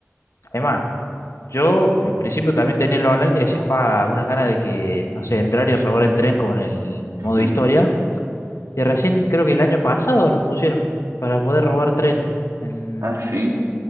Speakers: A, on the left; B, on the right.
A: Además, yo al principio también tenía lo online y decía, fa, algunas ganas de que, no sé, entrar y robar el tren como en el modo
B: Hmm.
A: historia. Y recién creo que el año pasado lo pusieron para poder robar tren. En-
B: Ah, sí.